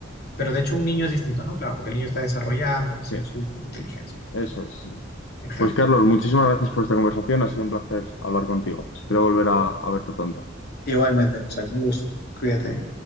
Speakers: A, on the left; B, on the left.
A: Pero de hecho un niño es distinto, ¿no? Claro, porque el niño está desarrollando recién
B: Sí,
A: su inteligencia.
B: eso es.
A: Exacto.
B: Pues Carlos, muchísimas gracias por esta conversación, ha sido un placer hablar contigo. Espero volver a a verte pronto.
A: Igualmente, Gonzalo, un gusto. Cuídate.